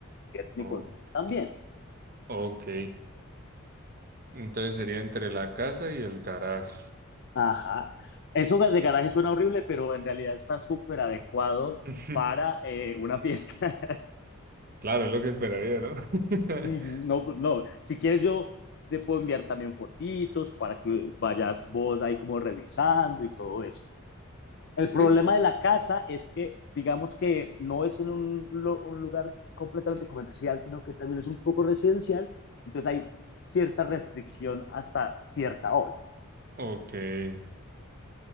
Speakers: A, on the left (about 50°); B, on the right (about 40°).
A: y
B: O-
A: consuman también.
B: ok, entonces sería entre la casa y el garaje.
A: Ajá. Eso de garaje suena horrible, pero en realidad está súper adecuado
B: <laughs>
A: para eh, una fiesta.
B: Claro, es lo que esperaría, ¿no? <laughs>
A: Ujú, No, pues, no, si quieres yo te puedo enviar también fotitos para que vayas vos ahí como revisando y todo eso. El
B: Sí,
A: problema de la casa es que, digamos que no es en un, lo- un lugar completamente comercial, sino que también es un poco residencial, entonces hay cierta restricción hasta cierta hora.
B: ok.